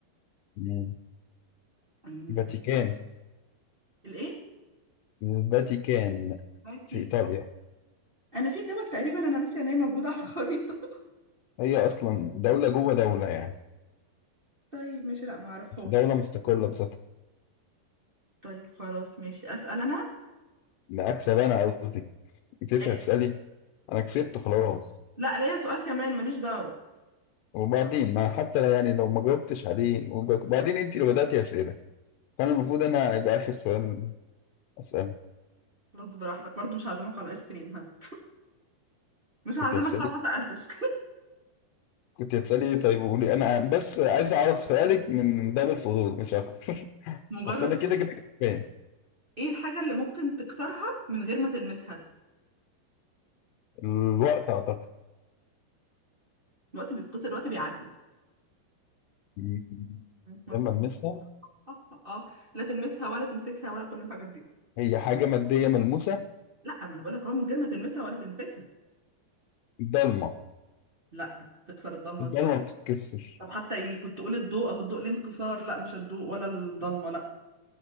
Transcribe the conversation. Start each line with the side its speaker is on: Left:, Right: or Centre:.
Left: مم.
Right: أمم،
Left: فاتيكان
Right: الايه
Left: الفاتيكان
Right: باتي.
Left: في ايطاليا
Right: انا في دول تقريبا انا ناسيه ان هي موجودة على الخريطة
Left: هي اصلا دولة جوه دولة يعني
Right: <laughs> طيب ماشي لا ما اعرفهاش
Left: دولة مستقلة بذاتها
Right: طيب خلاص ماشي اسأل انا
Left: ده اكسب انا قصدي انت لسه
Right: ايه
Left: هتسألي انا كسبت خلاص
Right: لا ليا سؤال كمان ماليش دعوة
Left: وبعدين ما حتى لا- يعني لو ما جاوبتش عليه وبعدين انت اللي بدأتي اسئلة فانا المفروض انا يبقى اخر سؤال اسأله
Right: خلاص براحتك برضو مش هعزمك على ايس كريم ها <laughs> مش هعزمك
Left: كنت هتسألي
Right: لو ما سألتش
Left: كنت هتسألي ايه طيب وقولي انا بس عايز اعرف سؤالك من باب الفضول مش اكتر <laughs>
Right: <laughs> مجرد
Left: بس انا كده كده كسبان
Right: ايه الحاجة اللي ممكن تكسرها من غير ما تلمسها
Left: الوقت اعتقد
Right: الوقت بيتكسر الوقت بيعدي
Left: مم،
Right: اه <laughs>
Left: لما المسها
Right: اه آه. لا تلمسها ولا تمسكها ولا كل الحاجات دي
Left: هي حاجة مادية ملموسة
Right: لا ما انا بقول لك اهو من غير ما تلمسها ولا تمسكها
Left: الضلمة
Right: لا تكسر الضلمة
Left: الضلمة
Right: ازاي
Left: بتتكسر
Right: طب حتى يعني كنت تقول الضوء اهو الضوء ليه انكسار لا مش الضوء ولا الضلمة لا